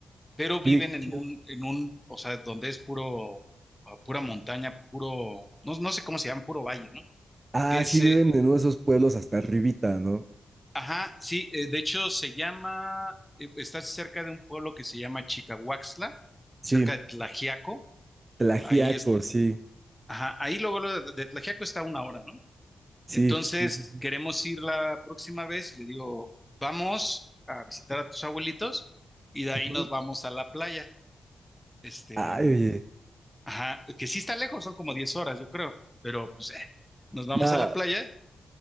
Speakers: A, in the centre; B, on the right.
A: pero viven
B: Oye, qué
A: en
B: chido.
A: un, en un, o sea, donde es puro, ah, pura montaña, puro, no, no sé cómo se llama, puro valle, ¿no?
B: Ah,
A: Que
B: sí,
A: se,
B: Sí. viven en uno de esos pueblos hasta arribita, ¿no?
A: ajá, sí, eh, de hecho se llama, eh, está cerca de un pueblo que se llama Chicahuaxtla,
B: Sí,
A: cerca de Tlajiaco,
B: Tlajiaco,
A: ahí es,
B: sí.
A: ajá, ahí luego luego de de Tlajiaco está a una hora, ¿no?
B: Sí,
A: Entonces,
B: sí, sí, sí.
A: queremos ir la próxima vez y le digo, vamos a visitar a tus abuelitos y de ahí
B: Ujú.
A: nos vamos a la playa. Este,
B: Ay, oye.
A: ajá, que sí está lejos, son como 10 horas, yo creo, pero pues eh, nos vamos
B: Nada,
A: a la playa.